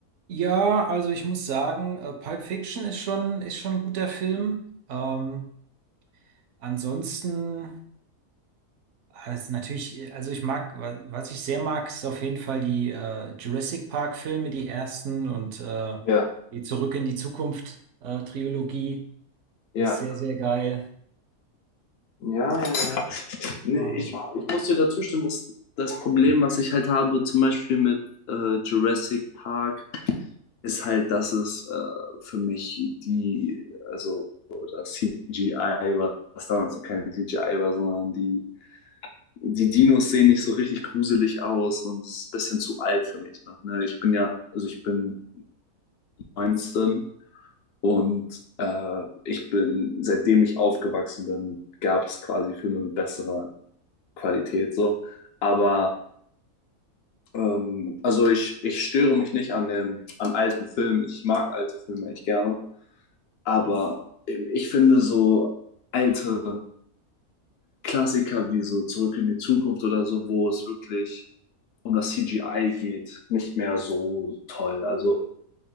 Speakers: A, on the right (about 65°); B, on the left (about 65°).
A: Ja, also ich muss sagen, äh, Pulp Fiction ist schon, ist schon ein guter Film. Ähm, ansonsten, ah, das ist natürlich, äh, also ich mag, wa- was ich sehr mag, ist auf jeden Fall die äh, Jurassic Park-Filme, die ersten und äh,
B: Ja,
A: die Zurück in die Zukunft äh, Trilogie
B: ja.
A: ist sehr, sehr geil.
B: Ja, ja, ja. Nee,
A: Ähm,
B: ich, ich muss dir dazu stimmen, dass das Problem, was ich halt habe, zum Beispiel mit äh, Jurassic Park ist halt, dass es äh, für mich die, also das CGI war, was damals noch kein CGI war, sondern die, die Dinos sehen nicht so richtig gruselig aus und es ist ein bisschen zu alt für mich noch. Ne? Ich bin ja, also ich bin 19 und äh, ich bin, seitdem ich aufgewachsen bin, gab es quasi Filme mit besserer Qualität so. Aber ähm, also ich, ich störe mich nicht an den an alten Filmen. Ich mag alte Filme echt gerne. Aber ähm, ich finde so alte Klassiker wie so Zurück in die Zukunft oder so, wo es wirklich um das CGI geht, nicht mehr so toll. Also